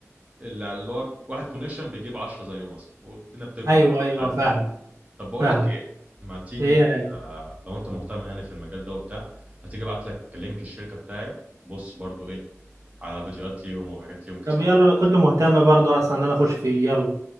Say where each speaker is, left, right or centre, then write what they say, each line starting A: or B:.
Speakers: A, on the right (about 25°); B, on the right (about 85°).
A: اللي هو واحد كونكشن بيجيب 10 زيه مثلا والدنيا بتكبر
B: ايوه
A: بقى
B: ايوه
A: مش عارف
B: فاهم
A: ايه وبتاع طب بقول
B: فاهم
A: لك ايه ما تيجي
B: ايه يا راي
A: آه، لو انت مهتم يعني في المجال ده وبتاع ما تيجي ابعت لك لينك الشركة بتاعي تبص برضو ايه على فيديوهات ليهم وحاجات ليهم كتير
B: طب يلا
A: أوي.
B: انا كنت مهتم برضو اصلا ان انا اخش فيه يلا